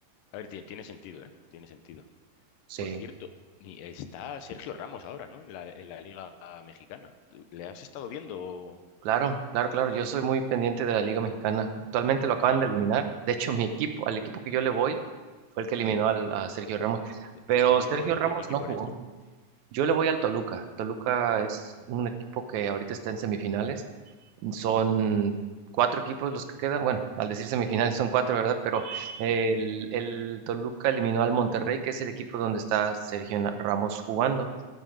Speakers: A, on the left (about 80°); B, on the right (about 70°).
A: A ver, tiene, tiene sentido, ¿eh? Tiene sentido.
B: Sí.
A: Por cierto, y está Sergio Ramos ahora, ¿no? En la, en la Liga Mexicana. ¿Tú ¿Le has estado viendo?
B: Claro, claro, claro. Yo soy muy pendiente de la Liga Mexicana. Actualmente lo acaban
A: ¿Y
B: de eliminar. De hecho, mi equipo, al equipo que yo le voy, fue el que eliminó
A: ¿Mm?
B: al, a Sergio Ramos.
A: de,
B: Pero
A: de qué equipo,
B: Sergio
A: eh,
B: Ramos
A: de qué equipo
B: no jugó.
A: eres tú?
B: Yo le voy al Toluca. Toluca
A: Al-
B: es
A: ¿Mm?
B: un equipo que ahorita está en semifinales. Son
A: mm,
B: cuatro equipos los que quedan. Bueno, al decir semifinales son cuatro, ¿verdad? Pero
A: Sí.
B: el, el Toluca eliminó al Monterrey, que es el equipo donde está Sergio Na- Ramos jugando.